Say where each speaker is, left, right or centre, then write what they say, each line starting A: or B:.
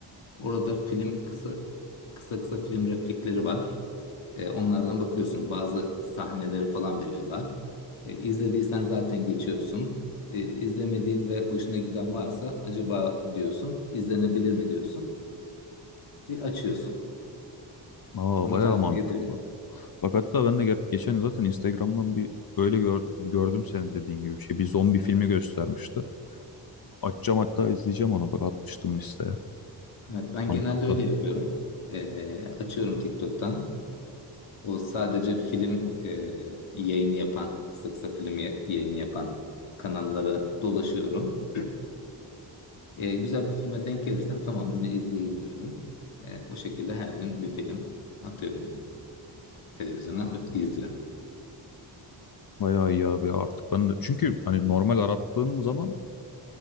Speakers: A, on the left; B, on the left.
A: Orada film kısa kısa kısa film replikleri var. E, onlardan bakıyorsun. Bazı sahneleri falan veriyorlar. E, izlediysen zaten geçiyorsun. E, izlemediğin ve hoşuna giden varsa acaba diyorsun, izlenebilir mi diyorsun. Bir açıyorsun.
B: Aa
A: Bunu
B: bayağı
A: tavsiye
B: mantıklı.
A: ederim.
B: Bak hatta ben de ge- geçen zaten Instagram'dan bir böyle gör- gördüm senin dediğin gibi bir şey. Bir zombi filmi göstermişti. Açacağım hatta izleyeceğim onu. Bak atmıştım listeye.
A: Evet, ben
B: Mantıklı.
A: genelde öyle yapıyorum. E, açıyorum TikTok'tan. O sadece film e, yayını yapan, kısa kısa film ya- yayını yapan kanallara dolaşıyorum. E, güzel bir filme denk gelirsem tamam bunu izleyeyim diyorum. E, o şekilde her gün bir film atıyorum yani. Televizyona izliyorum.
B: Bayağı iyi abi artık ben de. Çünkü hani normal arattığım zaman